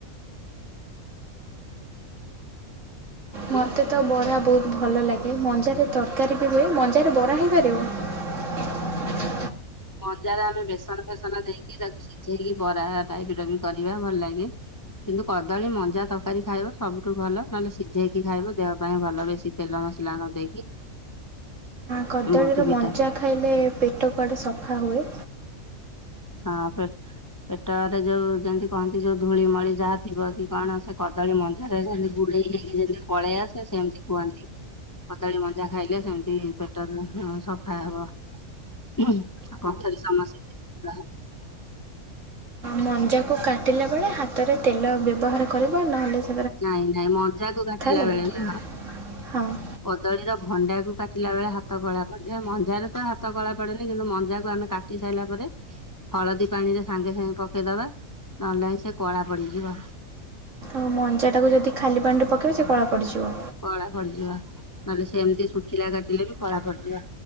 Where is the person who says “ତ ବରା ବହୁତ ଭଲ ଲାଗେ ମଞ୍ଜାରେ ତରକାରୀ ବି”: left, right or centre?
Right